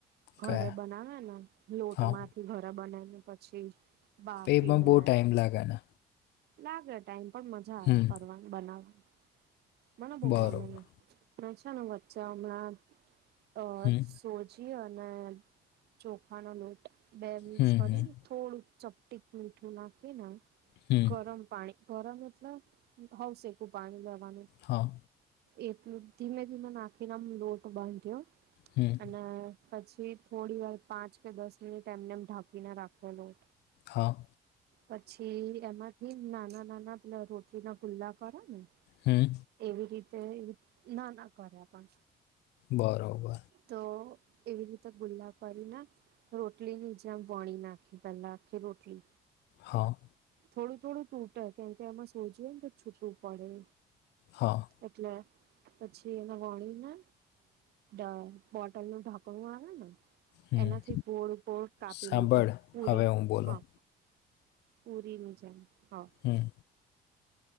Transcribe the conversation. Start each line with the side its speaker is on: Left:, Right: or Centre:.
Right: ઘરે
Left: કયા?
Right: બનાવે ને લોટ
Left: હા.
Right: માંથી ઘરે બને ને પછી બાફીને
Left: તો એ પણ બહુ ટાઈમ લાગે ને.
Right: લાગે ટાઈમ પણ મજા
Left: હમ,
Right: આવે કરવાની બનાવવાની મને બો
Left: બરોબર.
Right: ગમે છેા ને વચ્ચે હમણાં અ
Left: હમ,
Right: સોજી અને ચોખાનો લોટ બે મિક્સ
Left: હમ,
Right: કરી
Left: હમ,
Right: ની થોડુંક ચપટીક મીઠું નાખીને
Left: હમ.
Right: ગરમ પાણી ગરમ એટલે નવશેકું પાણી લેવાનું
Left: હા
Right: એટલું ધીમે ધીમે નાખીને લોટ બાંધ્યો
Left: હમ્મ
Right: અને પછી થોડી વાર પાંચ કે દસ મિનિટ એમનેમ ઢાંકીને રાખેલો
Left: હા
Right: પછી એમાંથી નાના નાના પે રોટી ના ખુલ્લા કરે ને.
Left: હમ્મ
Right: એવી રીતે ના ના કર્યા પણ
Left: બરોબર
Right: તો એવી રીતે ગુલ્લા પાડીને રોટલી ની જેમ પાણી નાખી પહેલા આખે રોટલી
Left: હા
Right: થોડું થોડું તૂટે કેમ કે એમાં સોજી હોય ને તો છૂટું પડે
Left: હા
Right: એટલે પછી એમાં વણીને અ બોટલ નું ઢાંકણું આવે ને
Left: હમ.
Right: એનાથી ગોળ ગોળ કાપી
Left: સાંભળ,
Right: લીધું પુરી
Left: હવે હું બોલું.
Right: હા. પૂરીના જેમ હા.
Left: હમ્મ